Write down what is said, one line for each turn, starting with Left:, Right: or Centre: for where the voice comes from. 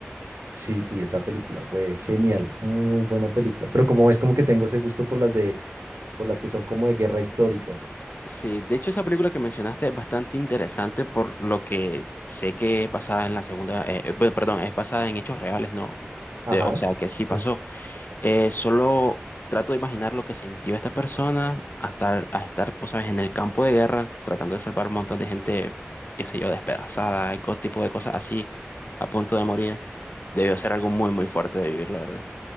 Right: Sí, sí, esa película fue genial, muy buena película. Pero como es como que tengo ese gusto por las de, por las que son como de guerra histórica.
Left: Sí, de hecho esa película que mencionaste es bastante interesante por lo que sé que es basada en la segunda, eh, eh, bueno, perdón, es basada en hechos reales, ¿no?
Right: Ajá,
Left: De- o sea, que sí
Right: sí.
Left: pasó. Eh, solo trato de imaginar lo que sintió esta persona a estar, a estar, pues, sabes, en el campo de guerra, tratando de salvar un montón de gente, qué sé yo, despedazada, y todo tipo de cosas así, a punto de morir. Debió ser algo muy, muy fuerte de vivir, la verdad.